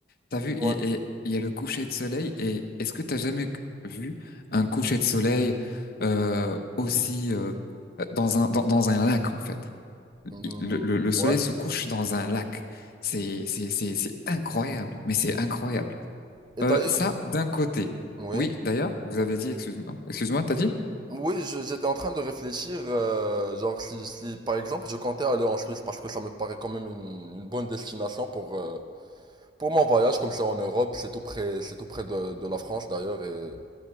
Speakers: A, on the left (about 55°); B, on the right (about 25°).
A: T'as vu, et
B: Ouais.
A: et- il y a le coucher de soleil, et est-ce que t'as jamais vu un coucher de soleil euh, aussi euh, dans un dans, dans un lac en fait?
B: Mm,
A: Le, le, le soleil
B: ouais.
A: se couche dans un lac. C'est c'est c'est c'est incroyable, mais c'est incroyable.
B: Et d'ailleurs,
A: Euh, ça d'un côté.
B: oui.
A: Oui, d'ailleurs, vous avez dit, excuse-moi, excuse-moi, t'as dit?
B: Oui, je- j'étais en train de réfléchir, euh, genre si, si, par exemple je comptais aller en Suisse parce que ça me paraît quand même une, une bonne destination pour, euh, pour mon voyage, comme c'est en Europe, c'est tout près, c'est tout près de, de la France d'ailleurs et